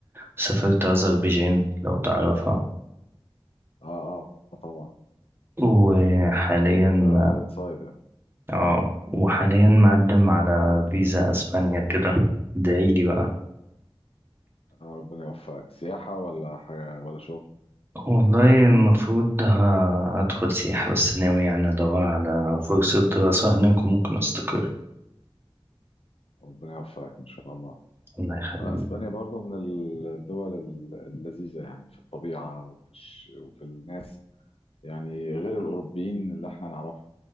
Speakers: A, on the right; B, on the left.
A: سافرت أذربيجان لو تعرفها
B: اه اه طبعا
A: وحاليا
B: اوت سايد يعني
A: اه وحاليا مقدم على فيزا أسبانيا كده ادعيلي بقى
B: آه، ربنا يوفقك سياحة ولا حاجة ولا شغل
A: والله المفروض ه- هدخل سياحة بس ناوي يعني أدور على فرصة دراسة هناك وممكن أستقر
B: ربنا يوفقك إن شاء الله
A: الله يخليك
B: اسبانيا برضه من الدول ال- اللذيذه يعني في الطبيعه وفي الش... وفي الناس يعني غير الاوروبيين اللي احنا نعرفهم